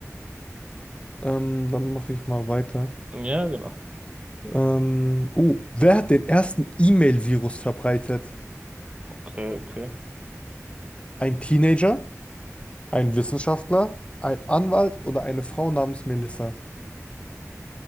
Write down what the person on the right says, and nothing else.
Ja, genau.
Okay, okay. <laughs>